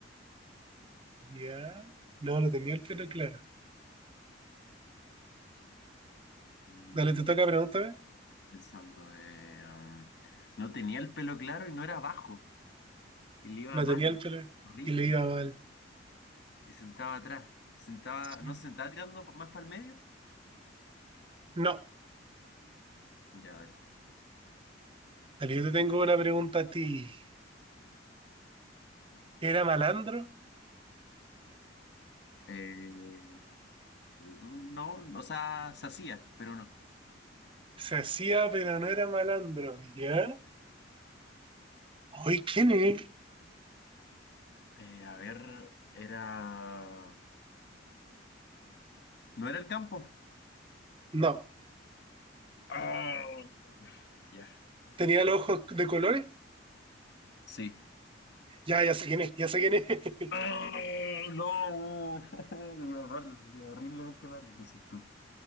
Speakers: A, on the right; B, on the left.
A: Ya. No, no tenía el pelo claro.
B: Mm,
A: Dale, te toca pregúntame.
B: Pensando. eh, em, no tenía el pelo claro y no era bajo. Y le iba
A: No
B: mal.
A: tenía el pelo
B: Horrible.
A: y le iba mal.
B: Y sentaba atrás. Sentaba,
A: Sí.
B: ¿no se sentaba tirando más para el medio?
A: No,
B: Ya, dale.
A: dale, yo te tengo una pregunta a ti. ¿Era malandro?
B: Eh, no, o sea, se hacía, pero no.
A: Se hacía, pero no era malandro. ¿Ya? ¿Hoy quién es?
B: Eh, a ver, era... ¿No era el campo?
A: No.
B: Ah, ya.
A: ¿Tenía los ojos de colores?
B: Sí.
A: Ya, ya sé quién es, ya sé quién es. <laughs>
B: Ah, no, <laughs> le iba mal, le iba horriblemente mal, decís tú.